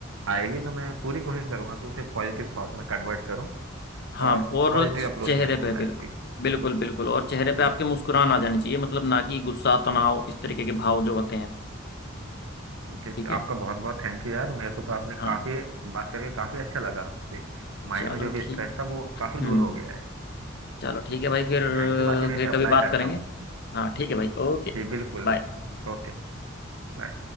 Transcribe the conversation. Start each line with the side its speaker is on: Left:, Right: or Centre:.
Right: आएगी तो मैं पूरी कोशिश करूंगा कि उसे पॉजिटिव थॉट में कन्वर्ट करूँ
Left: हाँ
Right: और
Left: और
Right: पॉजिटिव
Left: वो
Right: अप्रोच
Left: चेहरे
Right: रखूँ
Left: पे बिल्कुल
Right: लाइफ की
Left: बिल्कुल बिल्कुल और चेहरे पे
Right: बिल्कुल
Left: आपके मुस्कुराहट आ जानी चाहिए मतलब ना कि गुस्सा तनाव इस तरीके के भाव जो होते हैं
Right: ओके
Left: ठीक है
Right: आपका बहुत बहुत थैंक यू यार मेरे को तो आपने
Left: हाँ
Right: काफ़ी बात करके काफ़ी अच्छा लगा आपसे माइंड
Left: चलो
Right: में जो भी
Left: ठीक
Right: स्ट्रेस था वो काफ़ी
Left: हम्म
Right: दूर हो गया है
Left: चलो ठीक है भाई फिर
Right: थैंक यू बाकी मैं
Left: फिर
Right: इसे अप्लाई
Left: कभी बात
Right: करता
Left: करेंगे
Right: हूँ
Left: हाँ ठीक है भाई ओके
Right: जी बिल्कुल
Left: बाय
Right: ओके बाय